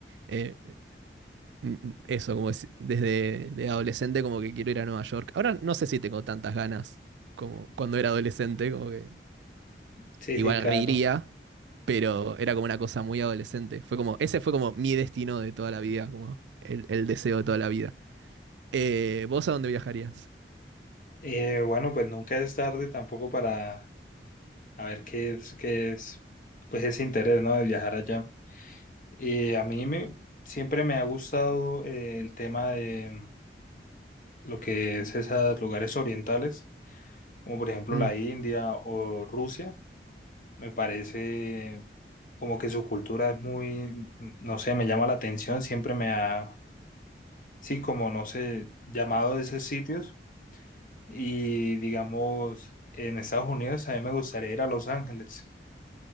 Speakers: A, on the right (about 85°); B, on the left (about 50°).
A: eh, n- n- Eso, como es- desde de adolescente, como que quiero ir a Nueva York. Ahora no sé si tengo tantas ganas como cuando era adolescente, como que
B: Sí,
A: Igual
B: sí, claro.
A: reiría, pero era como una cosa muy adolescente. Fue como, ese fue como mi destino de toda la vida, como el, el deseo de toda la vida. Eh, ¿vos a dónde viajarías?
B: Eh, bueno, pues nunca es tarde tampoco para a ver qué es, qué es, pues ese interés, ¿no? De viajar allá. Eh, a mí me, siempre me ha gustado eh, el tema de lo que es esos lugares orientales, como por ejemplo
A: Mm,
B: la India o Rusia, me parece como que su cultura es muy, no sé, me llama la atención, siempre me ha, sí, como no sé, llamado de esos sitios y digamos, en Estados Unidos a mí me gustaría ir a Los Ángeles,